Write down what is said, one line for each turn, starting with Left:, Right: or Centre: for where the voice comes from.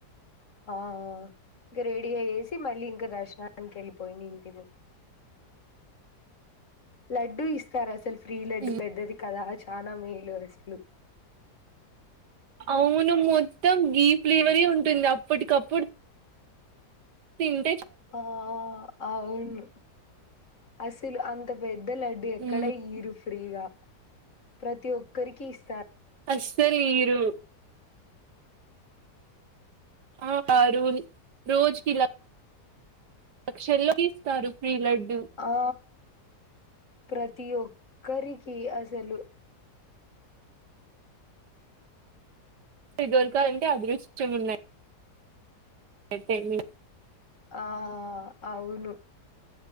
Left: ఆ ఇంకా రెడీ అయ్యేసి మళ్ళీ ఇంకా దర్శనానికి వెళ్ళిపోయింటిమి లడ్డూ ఇస్తారు అసలు ప్రీ లడ్డు
Right: ఉమ్
Left: పెద్దది కదా చాలా మేలు అసలు
Right: అవును మొత్తం గీ ఫ్లేవరీ ఉన్ ఉంటుంది అప్పటికప్పుడు తిన్
Left: ఆ అవును అసలు అంత పెద్ద లడ్డు ఎక్కడ
Right: మ్మ్
Left: ఏయూరు ఫ్రీగా ప్రతి ఒక్కరికి ఇస్
Right: అస్సలు ఈయూరు ఆ రూహి రోజుకిిలా లక్షలలో తీస్తస్తారు ఫ్రీ లడ్
Left: ఆ ప్రతి ఒక్కరికి అసలు
Right: ఆది దొరకాలంటే అదృష్ట్యం ఉన్నాడ్ <unintelligible>
Left: ఆ అవును